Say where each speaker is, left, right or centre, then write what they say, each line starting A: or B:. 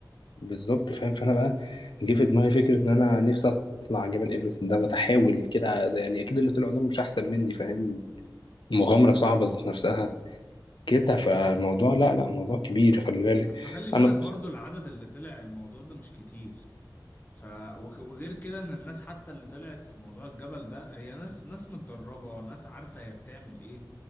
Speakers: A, on the left (about 80°); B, on the left (about 25°).
A: بالظبط فاهم فانا بقى جه في دماغي فكره ان انا نفسي اطلع على جبل ايفرست ده واتحاول كده يعني اكيد اللي طلعوا دول مش احسن مني فاهم مغامره صعبه ذات نفسها كده فموضوع لا لا موضوع كبير خلي بالك
B: اصل خلي بالك
A: انا
B: برضو العدد اللي طلع الموضوع ده مش كتير ف وخ- وغير كده ان الناس حتى اللي طلعت في موضوع الجبل ده هي ناس ناس متدربة ناس عارفة هي بتعمل ايه